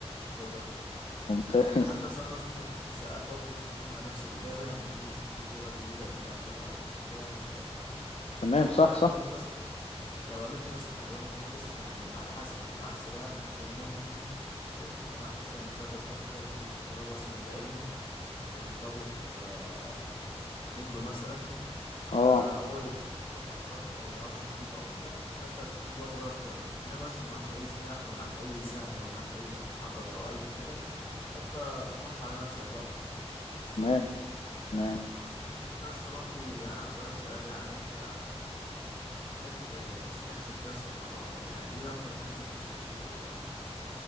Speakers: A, on the left; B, on the left.
A: الموضوع ده
B: ممتاز
A: يعني حتى اصلا لو سالتك نفس السؤال برضو انت اظن نفس الاجابه يعني ما اظنش ان في اجابه جديده كده هتقولها او كده يعني فاهم قصدي
B: تمام صح
A: يعني
B: صح
A: انت اصلا لو قابلت يا اسطى حيوان مفترس يعني على حسب لو معاك سلاح مثلا ممكن ممكن لو معاك مثلا مسدس او كده ممكن تضربه مثلا في عينه او تضربه في آه، في رجله مثلا
B: اه
A: فهو يقطع حركته او ما يعرفش يشوف او كده فانت هتاخد وقت وتعرف تهرب انما لسه لو معكش اي سلاح ولا معاك اي سهم ولا معاك اي حجر او اي حاجه فانت اترحم على نفسك بقى بس
B: تمام تمام
A: انت يا اسطى برضه يعني عاوز اسالك سؤال يعني انت تحب تستكشف يا اسطى يعني ايه اكتر مكان نفسك تستكشفه يعني